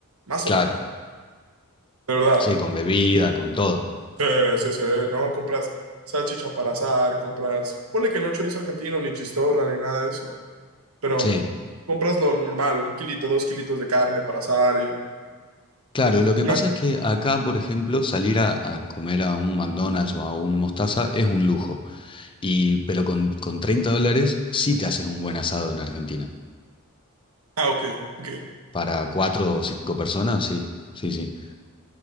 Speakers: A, on the right (about 85°); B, on the left (about 25°).
A: Más
B: claro.
A: o menos. De verdad.
B: Sí, con bebida, con todo.
A: Sí, sí, sí, ¿no? Compras salchicha para asar, compras, ponle que no chorizo argentino, ni chistorra, ni nada de eso. Pero
B: Sí.
A: mm, compras lo normal, un kilito, dos kilitos de carne para asar y
B: Claro, lo que
A: una...
B: pasa es que acá, por ejemplo, salir a, a comer a un McDonald's o a un Mostaza es un lujo. Y, pero con, con 30 dólares sí te haces un buen asado en Argentina.
A: Ah, ok, ok.
B: Para cuatro o cinco personas, sí, sí, sí.